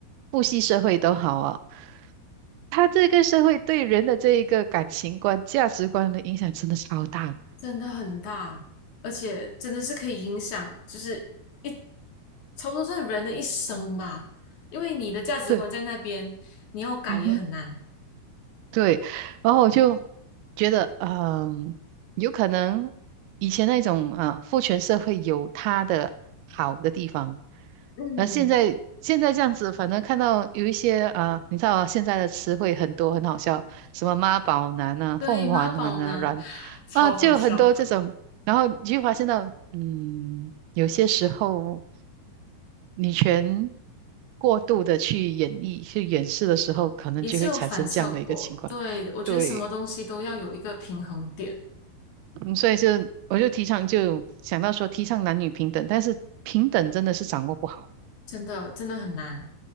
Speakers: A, on the right; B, on the left.
A: 父系社会都好啊，它这个社会对人的这一个感情观、价值观的影响真的超大。
B: 真的很大，而且真的是可以影响，就是一差不多是人的一生吧。因为你的价值观在那边，
A: 对，
B: 你要改也很难。
A: 嗯哼。对，然后我就觉得，嗯，有可能以前那种啊父权社会有它的好的地方，
B: 嗯，
A: 呃，现在现在这样子，反正看到有一些啊，你知道啊，现在的词汇很多，很好笑，什么妈宝男啊、
B: 对，
A: 凤凰男啊、
B: 妈宝男
A: 软
B: 超好笑，
A: 啊，就很多这种，然后你就发现到，嗯，有些时候。女权过度的去演绎、去演示的时候，可能就会产生这样的一个情况。
B: 也是有反效果。对，我觉得什么东西都要有一个平衡点，
A: 对，嗯所以就我就提倡，就想到说提倡男女平等，但是平等真的是掌握不好。
B: 真的真的很难。